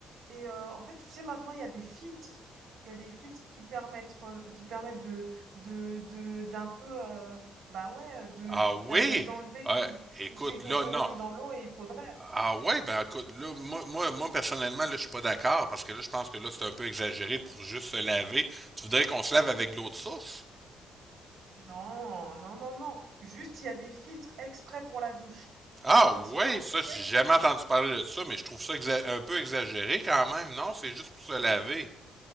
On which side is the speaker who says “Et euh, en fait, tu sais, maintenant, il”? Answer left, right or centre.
Right